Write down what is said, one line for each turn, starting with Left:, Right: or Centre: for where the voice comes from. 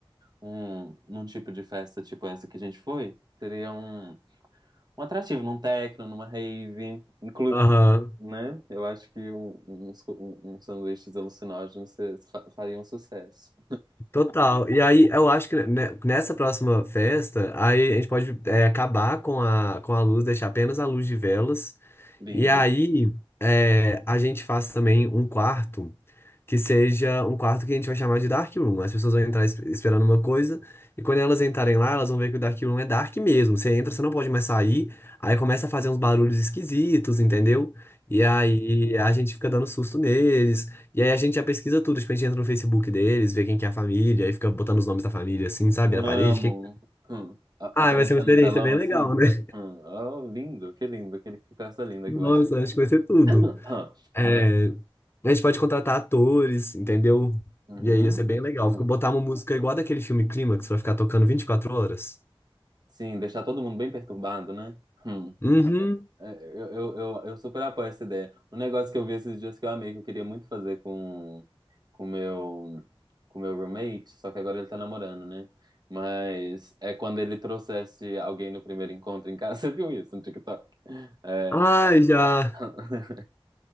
Right: um, num tipo de festa tipo essa que a gente foi, seria um, um atrativo, num techno, numa rave, inclu,
Left: Aham.
Right: né? Eu acho que um- uns, um- uns sanduíches alucinógenos se- fa- fariam sucesso.
Left: Total. E aí, eu acho que ne- nessa próxima festa, aí a gente pode é, acabar com a, com a luz, deixar apenas a luz de velas.
Right: Lindo.
Left: E aí, é, a gente faz também um quarto que seja um quarto que a gente vai chamar de Dark Room. As pessoas vão entrar es- esperando uma coisa, e quando elas entrarem lá, elas vão ver que o Dark Room é dark mesmo. Você entra, você não pode mais sair, aí começa a fazer uns barulhos esquisitos, entendeu? E aí a gente fica dando susto neles, e aí a gente já pesquisa tudo, tipo, a gente entra no Facebook deles, vê quem que é a família, aí fica botando os nomes da família, assim, sabe,
Right: Amo.
Left: na parede. que-
Right: Hum. A-
Left: Ah,
Right: Aparecer
Left: vai ser uma experiência
Right: no telão
Left: bem
Right: assim.
Left: legal, né? <laughs>
Right: Hum. Oh, lindo, que lindo, que, que festa linda
Left: Nossa,
Right: que vai ser.
Left: acho que vai ser tudo.
Right: <coughs> <clears throat>
Left: É,
Right: Mas,
Left: a gente pode contratar atores, entendeu?
Right: uhum.
Left: E aí ia ser bem legal.
Right: Hum.
Left: Fica botar uma música igual daquele filme Clímax pra ficar tocando 24 horas.
Right: Sim, deixar todo mundo bem perturbado, né? Hum.
Left: Uhum.
Right: É, Eu, eu, eu, eu super apoio essa ideia. Um negócio que eu vi esses dias que eu amei, que eu queria muito fazer com com meu com meu roommate, só que agora ele tá namorando, né? Mas é quando ele trouxesse alguém no primeiro encontro em casa. <laughs> Você viu isso no TikTok? É,
Left: Ai, já.
Right: <laughs>